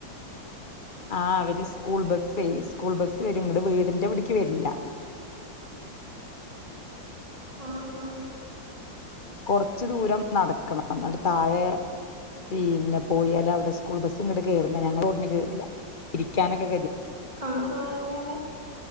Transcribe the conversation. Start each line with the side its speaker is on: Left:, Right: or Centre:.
Left: ആ അവര് സ്കൂൾ ബസ്സേ സ്കൂൾ ബസ്സ് വരും ങ്ങട്ട് വീടിന്റെ ഇവട്ക്ക് വരില്ല
Right: ആഹ് ആഹ്
Left: കൊർച്ച് ദൂരം നടക്കണം ന്നട്ട് താഴെ പിന്നെ പോയാല് അവിടെ സ്കൂൾ ബസ്സ്ങ്ങട്ട് കേറില്ല ഞങ്ങളെറോഡിന് കേറില്ല തിരിക്കാനൊക്കെ
Right: ആ ആ അങ്ങനെ